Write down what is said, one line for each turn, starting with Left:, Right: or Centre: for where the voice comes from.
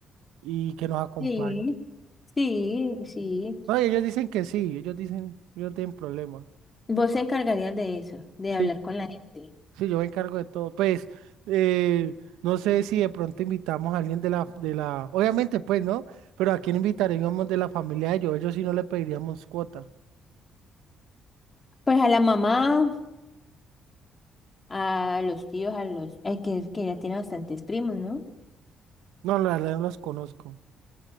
Right: y que nos acompañe.
Left: Sí, sí, sí.
Right: No, y ellos dicen que sí, ellos dicen, yo no tienen problema.
Left: Vos se encargarías de eso, de hablar
Right: Sí,
Left: con la gente.
Right: Sí, yo me encargo de todo. Pues, eh, no sé si de pronto invitamos a alguien de la, de la, obviamente, pues, ¿no? Pero a quién invitaríamos de la familia de ellos. Ellos sí no le pediríamos cuota.
Left: Pues a la mamá. a los tíos, a los... eh, que, que ya tiene bastantes primos, ¿no?
Right: No, la verdad no los conozco.